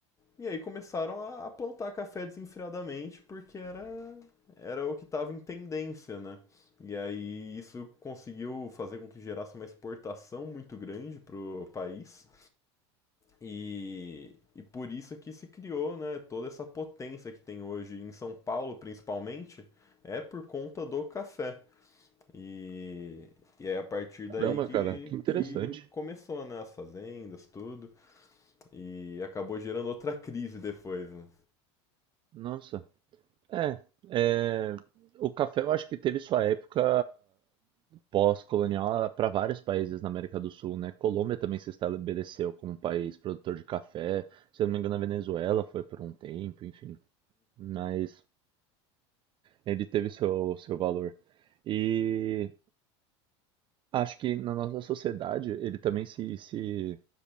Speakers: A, on the left; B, on the right.
A: E aí começaram a plantar café desenfreadamente porque era, era o que estava em tendência, né? E aí isso conseguiu fazer com que gerasse uma exportação muito grande para o país e, e por isso que se criou, né, toda essa potência que tem hoje em São Paulo, principalmente, é por conta do café. E, e é a partir
B: Caramba,
A: daí que,
B: cara, que interessante.
A: que começou, né, as fazendas, tudo, e acabou gerando outra crise depois, né?
B: Nossa. É, é, o café eu acho que teve sua época pós-colonial para vários países na América do Sul, né? Colômbia também se estabeleceu como país produtor de café. Se eu não me engano, a Venezuela foi por um tempo, enfim. Mas ele teve seu, seu valor. E acho que na nossa sociedade ele também se, se